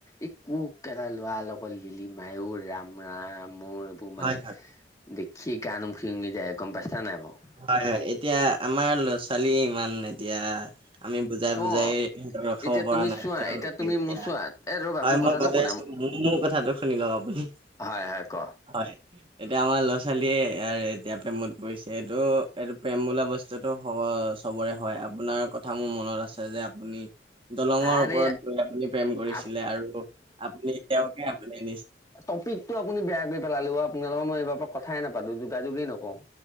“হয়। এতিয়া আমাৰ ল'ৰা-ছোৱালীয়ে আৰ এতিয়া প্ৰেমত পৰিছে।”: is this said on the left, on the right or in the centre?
Right